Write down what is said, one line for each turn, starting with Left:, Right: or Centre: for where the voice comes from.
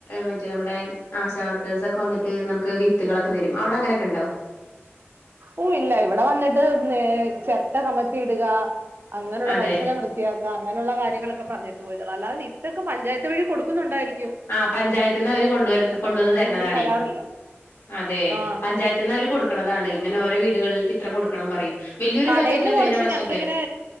Left: മറ്റേ നമ്മുടെ ആശ വർക്കേഴ്സ് ഒക്കെ വന്നിട്ട് നമുക്ക് വിത്തുകളൊക്കെ തരും അവടങ്ങനെക്കൊണ്ടോ
Right: ഓഹ് ഇല്ല ഇവിടെ വന്നിട്ട് ചെരട്ട കമത്തി ഇടുക അങ്ങനൊള്ള
Left: അതെ
Right: പരിസരം വൃത്തിയാക്ക അങ്ങനെയുള്ള കാര്യങ്ങളൊക്കെ പറഞ്ഞിട്ട് അല്ലാതിത്തോക്കെ പഞ്ചായത്ത് വഴി കൊടുക്കുന്നൊണ്ടായിരിക്കും
Left: ആഹ് പഞ്ചായത്തീന്ന് അവര് കൊണ്ട് വരും കൊണ്ടന്ന്തരുന്നതാണേ
Right: ഇവിടന്നും ഒന്നും തരാറില്ല
Left: അതെ
Right: ആ
Left: പഞ്ചായത്ത് നിന്ന് അവര് കൊടുക്കണതാണ് ഇങ്ങനെ ഓരോ വീടുകളിലേക്ക് ഇത്ര കൊടുക്കണം പറയും വലിയൊരു
Right: കടയിൽന്ന്
Left: പാക്കറ്റിലാ കഴിഞ്ഞ
Right: കുറച്ച്
Left: പ്രാവശ്യൊക്കെ
Right: ഞങ്ങളിങ്ങനെ